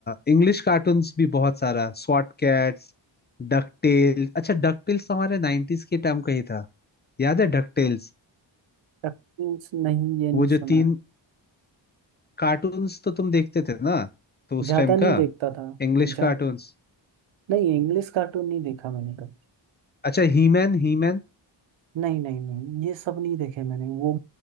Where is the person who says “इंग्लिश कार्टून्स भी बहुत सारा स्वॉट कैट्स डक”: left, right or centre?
Left